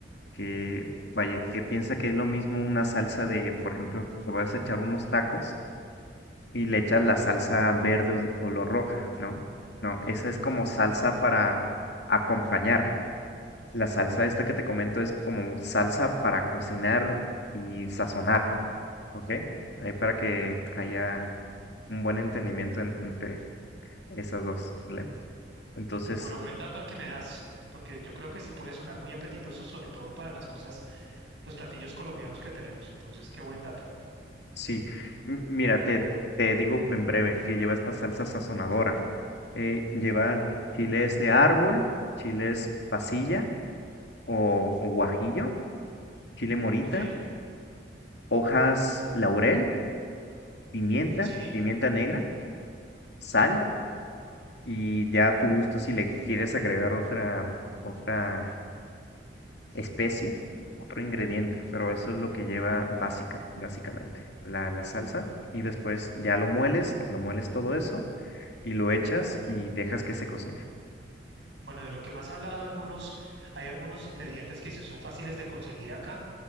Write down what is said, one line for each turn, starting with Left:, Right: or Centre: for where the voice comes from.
Left: que, vaya, que piensa que es lo mismo una salsa de, por ejemplo, te vas a echar unos tacos y le echas la salsa verde o color roja, ¿no? No, esa es como salsa para acompañar. La salsa esta que te comento es como salsa para cocinar y sazonar. Ok, ahí para que haya un buen entendimiento en- entre esas dos, ¿vale? Entonces,
Right: Pero buen dato el que me das, porque yo creo que sí puede sonar muy apetitoso, sobre todo para las cosas, los platillos colombianos que tenemos. Entonces, qué buen dato.
Left: sí, m- mira, te, te digo en breve que lleva esta salsa sazonadora. Eh, lleva chiles de árbol, chiles pasilla o, o guajillo, chile morita,
Right: Ok,
Left: hojas laurel, pimienta,
Right: sí.
Left: pimienta negra, sal y ya a tu gusto si le quieres agregar otra, otra especie, otro ingrediente, pero eso es lo que lleva básica, básicamente, la, la salsa. Y después ya lo mueles, lo mueles todo eso y lo echas y dejas que se cocine.
Right: Bueno, de lo que más he hablado, algunos, hay algunos ingredientes que sí son fáciles de conseguir acá